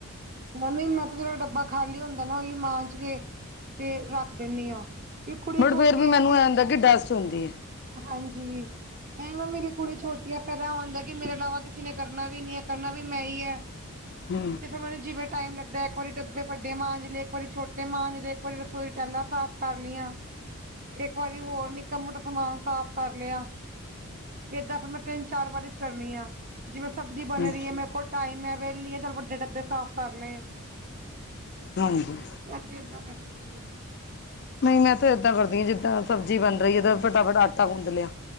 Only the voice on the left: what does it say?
ਬਟ
ਫੇਰ ਵੀ ਮੈਨੂੰ
ਇਹ ਹੁੰਦਾ ਕਿ ਡਸਟ ਹੁੰਦੀ ਹੈ
ਹ
ਹਮ
ਹਾਂਜੀ
ਨਹੀਂ ਮੈਂ ਤਾਂ ਇੱਦਾਂ ਕਰਦੀ ਹਾਂ ਜਿੱਦਾਂ ਸਬਜ਼ੀ ਬਣ ਰਹੀ ਹੈ ਤੇ ਫਟਾਫਟ ਆਟਾ ਗੁੰਦ ਲਿਆ।